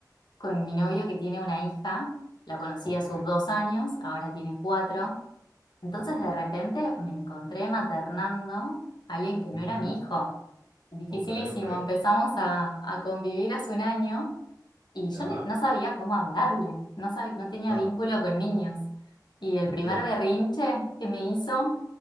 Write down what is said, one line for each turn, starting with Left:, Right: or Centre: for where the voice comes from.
Left: con mi novio que tiene una hija. La conocí
Right: Ok,
Left: a sus dos años, ahora tiene cuatro. Entonces
Right: ok,
Left: de repente me encontré maternando a alguien que no
Right: ujú,
Left: era mi hijo. Dificilísimo,
Right: ok, ok,
Left: empezamos a, a convivir hace un año y yo
Right: ya,
Left: ni- no sabía cómo hablarle, no sab- no tenía
Right: claro,
Left: vínculo con niños. Y el
Right: entiendo.
Left: primer berrinche que me hizo,